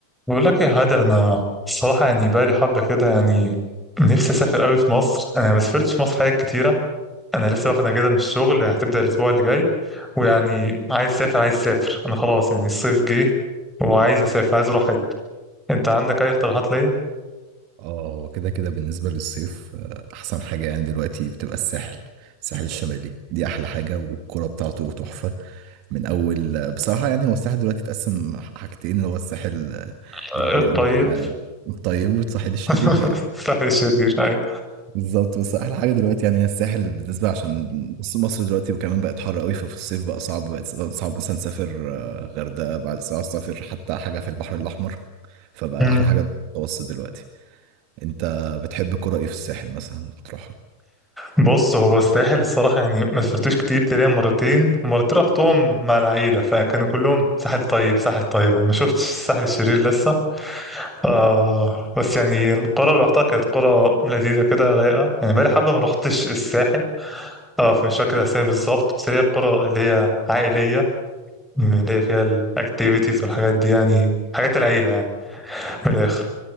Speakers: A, in the centre; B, on the right.
A: بقول لك يا هادر انا الصراحه يعني بقالي حبه كده يعني نفسي اسافر قوي في مصر انا ما سافرتش في مصر حاجات كتيره انا لسه واخد اجازه من الشغل يعني هتبدا الاسبوع اللي جاي ويعني عايز اسافر عايز اسافر انا خلاص يعني الصيف جه وعايز اسافر عايز اروح حته انت عندك اي اقتراحات ليا
B: اه هو كده كده بالنسبة للصيف آه، أحسن حاجة يعني دلوقتي بتبقى الساحل الساحل الشمالي دي أحلى حاجة والكرة بتاعته تحفة من أول آه، بصراحة يعني هو الساحل دلوقتي اتقسم حاجتين اللي هو الساحل آه،
A: آه،
B: ال-
A: طيب
B: ال- الطيب والساحل الشرير
A: <laughs>
B: يعني
A: الساحل الشرير أيوة.
B: بالظبط بس أحلى حاجة دلوقتي يعني هي الساحل بالنسبة عشان بص مصر دلوقتي كمان بقت حر قوي ففي الصيف بقى صعب بقت صعب مثلا تسافر آه، غردقة بعد صعب تسافر حتى حاجة في البحر الأحمر فبقى
A: أمم.
B: أحلى حاجة المتوسط دلوقتي انت بتحب الكرة ايه في الساحل مثلا بتروحها
A: بص هو الساحل الصراحه يعني ما سافرتوش كتير تقريبا مرتين ومرتين رحتهم مع العيله فكانوا كلهم ساحل طيب ساحل طيب أنا ما شفتش الساحل الشرير لسه آه بس يعني القرى اللي رحتها كانت قرى لذيذة كده رايقة يعني بقالي حبة ما رحتش الساحل اه فمش فاكر الأسامي بالظبط بس هي القرى اللي هي عائلية اللي هي فيها الأكتيفيتيز والحاجات دي يعني حاجات العيلة يعني من الآخر